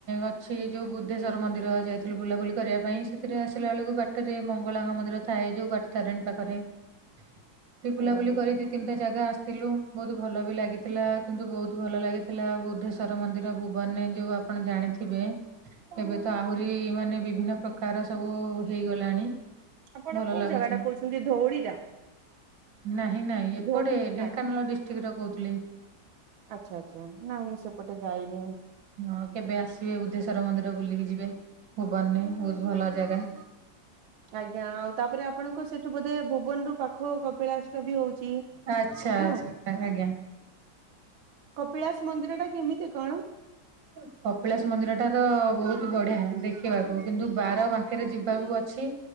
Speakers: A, on the right (about 65°); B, on the right (about 80°).
A: ଅଛି ଯୋଉ ବୁଦ୍ଧେଶ୍ଵର ମନ୍ଦିର ଯାଇଥିଲୁ ବୁଲାବୁଲି କରିବା ପାଇଁ ସେଥିରେ ଆସିଲା ବେଳକୁ ବାଟ- ଟ ରେ ମଙ୍ଗଳାଙ୍ଗ ମନ୍ଦିର ଥାଏ ଯୋଉ କାଟି ତାରଣୀ ପାଖରେ ସେଠ ବୁଲାବୁଲି
B: ଓହୋ
A: କରି ଦି ତିନି ଗୋଟେ ଜାଗା ଆସିଥିଲୁ ବହୁତ ଭଲ ବି ଲାଗିଥିଲା କିନ୍ତୁ ବହୁତ ଭଲ ଲାଗିଥିଲା ବୁଧେ ଈ୍ୱର ମନ୍ଦିର ଭୁବନରେ ଯୋଉ ଆପଣ ଜାଣିଥିବେ ଏବେ ତ ଆହୁରି ମାନେ ବିଭିନ୍ନ ପ୍ରକାର ସବୁ ହେଇଗଲାଣି
B: ଆପଣ
A: ଭଲ
B: କୋଉ
A: ଲାଗୁଛି।
B: ଜାଗା ଟା କହୁଛନ୍ତି ଧଉଡି ଟା
A: ନାଇଁ ନାଇଁ ଏପଟେ
B: ଧଉ
A: ଢେଙ୍କାନାଳ
B: ନାଇଁ
A: ଡିଷ୍ଟ୍ରିକ୍ଟରେ କହୁଥିଲେ
B: ଆଚ୍ଛା ଆଚଛା ନା ମୁଁ ସେପଟେ ଯାଇନି
A: ହଁ କେବେ ଆସିବେ ବୁଦ୍ଧେଶ୍ୱର ମନ୍ଦିର ବୁଲିକି ଯିବେ ଭୁବନରେ ବହୁତ ଭଲ ଜାଗା
B: ଆଜ୍ଞା ଆଉ ତାପରେ ଆପଣଙ୍କ ସେଠୁ ବୋଧେ ଭୁବନ ରୁ ପାଖ କପିଳାଷ୍ଟ ବି ହଉଛି
A: ଆଚ୍ଛାଛା
B: ନା।
A: ଆଜ୍ଞା
B: କପିଳାସ ମନ୍ଦିର ଟା କେମିତି କଣ?
A: ହୁଁ କପିଳାସ ମନ୍ଦିର ଟା ତ ବହୁତ ବଢିଆ ଦେଖିବାକୁ କିନ୍ତୁ ବାର ପାଖରେ ଯିବାକୁ ଅଛି